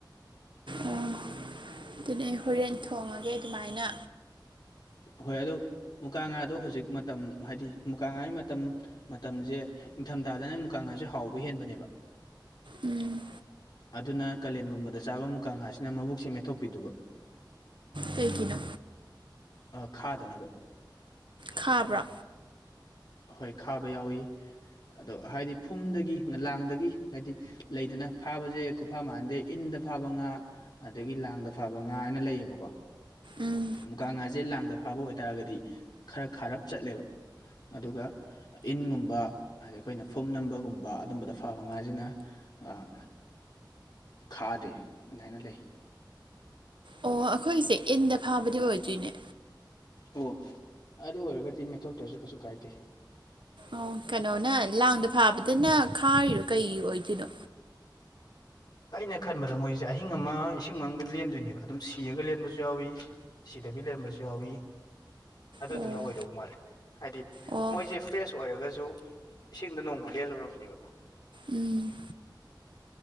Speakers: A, on the right; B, on the left.
A: ꯑꯣ ꯑꯗꯨ ꯑꯩ ꯍꯣꯔꯦꯟ ꯊꯣꯡꯉꯒꯦ ꯑꯗꯨꯃꯥꯏꯅ
B: ꯍꯣꯏ ꯑꯗꯨ ꯃꯨꯀꯥ ꯉꯥꯗꯣ ꯍꯧꯖꯤꯛ ꯃꯇꯝ ꯍꯥꯏꯗꯤ ꯃꯨꯀꯥ ꯉꯥꯒꯤ ꯃꯇꯝ ꯃꯇꯝꯖꯦ ꯏꯊꯝꯊꯥꯗꯅ ꯃꯨꯛꯀꯥꯉꯥꯖꯦ ꯍꯥꯎꯕ ꯍꯦꯟꯕꯅꯦꯕꯥ
A: ꯎꯝ
B: ꯑꯗꯨꯅ ꯀꯥꯂꯦꯟꯒꯨꯝꯕꯗ ꯆꯥꯕ ꯃꯨꯀꯥ ꯉꯥꯁꯤꯅ ꯃꯕꯨꯛꯁꯦ ꯃꯦꯠꯊꯣꯛꯄꯤꯗꯨꯕ
A: ꯀꯩꯒꯤꯅꯣ
B: ꯑꯥ ꯈꯥꯗꯅꯕ
A: ꯈꯥꯕ꯭ꯔꯥ
B: ꯍꯣꯏ ꯈꯥꯕ ꯌꯥꯎꯌꯤ ꯑꯗꯣ ꯍꯥꯏꯗꯤ ꯐꯨꯝꯗꯒꯤ ꯂꯥꯡꯗꯒꯤ ꯍꯥꯏꯗꯤ ꯂꯩꯗꯅ ꯐꯥꯕꯖꯦ ꯈꯨꯐꯥ ꯃꯥꯟꯗꯦ ꯏꯟꯗ ꯏꯟꯗ ꯐꯥꯕ ꯉꯥ ꯑꯗꯒꯤ ꯂꯥꯡꯗ ꯐꯥꯕ ꯉꯥ ꯍꯥꯏꯅ ꯂꯩꯌꯦꯕꯀꯣ
A: ꯎꯝ
B: ꯃꯨꯀꯥ ꯉꯥꯖꯦ ꯂꯥꯡꯗ ꯐꯥꯕ ꯑꯣꯏꯇꯥꯔꯒꯗꯤ ꯈꯔ ꯈꯥꯔꯞ ꯆꯠꯂꯦꯕ ꯑꯗꯨꯒ ꯏꯟꯒꯨꯝꯕ ꯍꯥꯏꯗꯤ ꯑꯈꯣꯏꯅ ꯐꯨꯝ ꯅꯝꯕꯒꯨꯝꯕ ꯑꯗꯨꯝꯕꯗ ꯐꯥꯕ ꯉꯥꯖꯤꯅ ꯑꯥ ꯈꯥꯗꯦ ꯑꯗꯥꯏꯅ ꯂꯩ
A: ꯑꯣ ꯑꯈꯣꯏꯁꯦ ꯏꯟꯗ ꯐꯥꯕꯗꯤ ꯑꯣꯏꯗꯣꯏꯅꯦ
B: ꯑꯣ ꯑꯗꯨ ꯑꯣꯏꯔꯒꯗꯤ ꯃꯦꯠꯊꯣꯛꯇ꯭ꯔꯖꯨ ꯀꯩꯁꯨ ꯀꯥꯏꯗꯦ
A: ꯑꯣ ꯀꯩꯅꯣꯅ ꯂꯥꯡꯗ ꯐꯥꯕꯗꯨꯅ ꯈꯥꯔꯤꯗꯣ ꯀꯩꯒꯤ ꯑꯣꯏꯗꯣꯏꯅꯣ
B: ꯑꯩꯅ ꯈꯟꯕꯗ ꯃꯣꯏꯖꯦ ꯑꯍꯤꯡ ꯑꯃ ꯏꯁꯤꯡ ꯃꯅꯨꯡꯗ ꯂꯦꯟꯗꯣꯏꯅꯦꯕ ꯑꯗꯨꯝ ꯁꯤꯔꯒ ꯂꯦꯟꯕꯖꯨ ꯌꯥꯎꯌꯤ ꯁꯤ ꯗꯕꯤ ꯂꯩꯔꯝꯕꯖꯨ ꯌꯥꯎꯏ ꯑꯗꯨꯗꯨꯅ
A: ꯑꯣ
B: ꯑꯣꯏꯗꯧ ꯃꯥꯜꯂꯦ ꯍꯥꯏꯗꯤ
A: ꯑꯣ
B: ꯃꯣꯏꯖꯦ ꯐ꯭ꯔꯦꯁ ꯑꯣꯏꯔꯒꯖꯨ ꯏꯁꯤꯡꯗ ꯅꯣꯡꯃ ꯂꯦꯜꯂꯨꯔꯕꯅꯦꯕ
A: ꯎꯝ